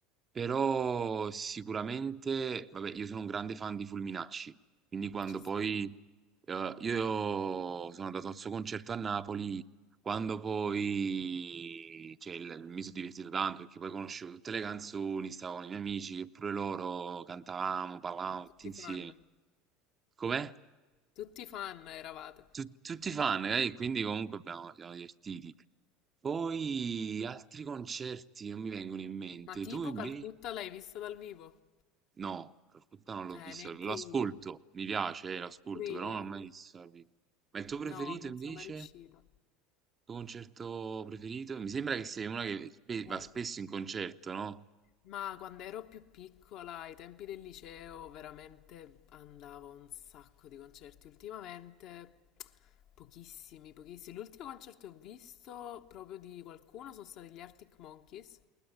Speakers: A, on the right; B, on the left.
A: però sicuramente, vabbè, io sono un grande fan di Fulminacci, quindi quando
B: Ci sta,
A: poi eh, io sono andato al suo concerto a Napoli, quando poi cioè, il- mi sono divertito tanto perché poi conoscevo tutte le canzoni, stavo con i miei amici, e pure loro cantavamo, parlavamo
B: tutti
A: tutti insieme.
B: fan.
A: Com'è?
B: Tutti fan eravate.
A: Tu- Tutti fan, eh? Quindi comunque abbiamo- ci siamo divertiti. Poi altri concerti non mi vengono in mente.
B: Ma tipo
A: Tu invece?
B: Calcutta l'hai vista dal vivo?
A: No, Rocutta non l'ho
B: Eh,
A: visto.
B: neanche
A: Lo ascolto,
B: io.
A: mi piace, eh, lo ascolto,
B: Pure io.
A: però non l'ho mai visto. dal vivo. Ma il tuo preferito
B: No, non
A: invece?
B: sono mai riuscita.
A: Il tuo concerto preferito? Mi sembra che sei una che spe- va
B: Eh,
A: spesso in concerto, no?
B: ma quando ero più piccola, ai tempi del liceo, veramente andavo a un sacco di concerti. Ultimamente pochissimi, pochissimi. L'ultimo concerto che ho visto proprio di qualcuno sono stati gli Arctic Monkeys.